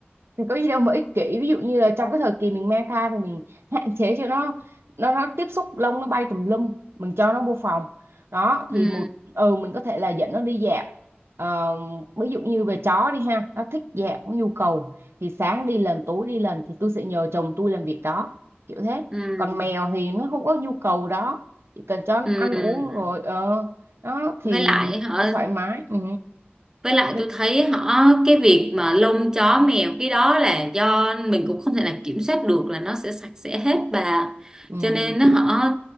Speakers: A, on the right; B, on the right.
A: thì có gì đâu mà ích kỷ ví dụ như là trong cái thời kỳ mình mang thai thì mình hạn chế cho nó nó nó tiếp xúc lông nó bay tùm lum mình cho nó vô phòng đó thì
B: ừ
A: một ừ mình có thể là dẫn nó đi dạo Ờ, ví dụ như về chó đi ha nó thích dạo có nhu cầu thì sáng đi lần tối đi lần thì tôi sẽ nhờ chồng tôi làm việc đó kiểu thế
B: ừ
A: còn mèo thì nó không có nhu cầu đó chỉ cần cho nó
B: ừ
A: ăn uống rồi ờ đó thì
B: với lại họ
A: nó thoải mái ừ,
B: với lại
A: Rất-
B: tôi thấy họ cái việc mà lông chó mèo cái đó là do mình cũng không thể nào kiểm soát được là nó sẽ sạch sẽ hết bà
A: ừ.
B: cho nên nó họ